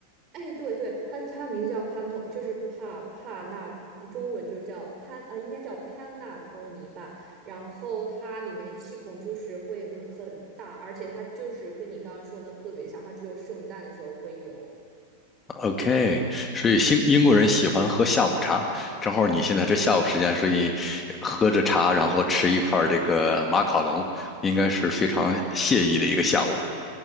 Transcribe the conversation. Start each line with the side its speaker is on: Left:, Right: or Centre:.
Right: 哎，对对，它它名字叫潘托，就是帕帕纳，中文就是叫潘，呃，应该叫潘纳托尼吧。然后它里面气孔就是会很大，而且它就是跟你刚刚说的那特别像，它只有圣诞的时候会有。
Left: OK，所以英英国人喜欢喝下午茶，正好你现在这下午时间，所以喝着茶，然后吃一块儿这个马卡龙，应该是非常惬意的一个下午。